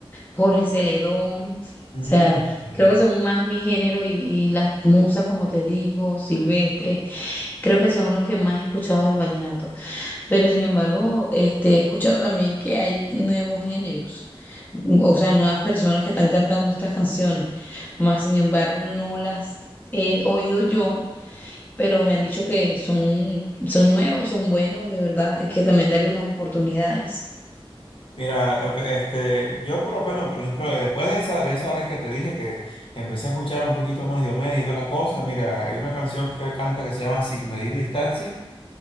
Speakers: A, on the left; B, on the left.
A: Jorge Celedón. O
B: Mm,
A: sea,
B: sí,
A: creo
B: sí.
A: que son más mi género y, y las musas, como te digo, Silvestre. Creo que son los que más he escuchado del vallenato. Pero sin embargo, este, he escuchado también que hay nuevos géneros, o sea, nuevas personas que están cantando estas canciones. Más sin embargo, no las he oído yo, pero me han dicho que son, son nuevos, son buenos, de verdad, hay que también darles las oportunidades.
B: Mira, lo que, este, yo por lo menos, por ejemplo, después de esa, de esa vez que te dije que empecé a escuchar un poquito más Diomedes y toda la cosa, mira, hay una canción que él canta que se llama Sin medir distancia.